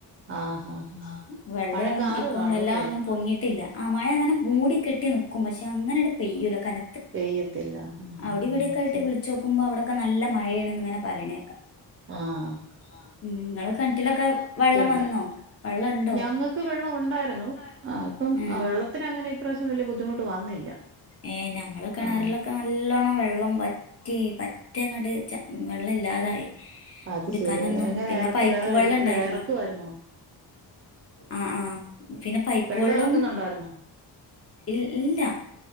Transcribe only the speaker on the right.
ആ ഹാ ഹാ
മഴക്കാറ്
കാണും
അല്ലേ
പെയ്യത്തില്ല. ഉം,
ഉം, ഉം, അത് ശരി
ആഹ്
ഉണ്ട്
ഞങ്ങൾക്ക്
വെള്ളം ഉണ്ടായിരുന്നു
ആ ഇപ്പം
ആ, വെള്ളത്തിന് അങ്ങനെ ഇപ്രാവശ്യം വലിയ ബുദ്ധിമുട്ട് വന്നില്ല
ആ
അത്
ശരി എങ്ങനെ
ഇറക്ക്
വേറെ
അടി വേ- ഇറക്കുമായിരുന്നോ
വെള്ളം ഇറക്കുന്നുണ്ടായിരുന്നോ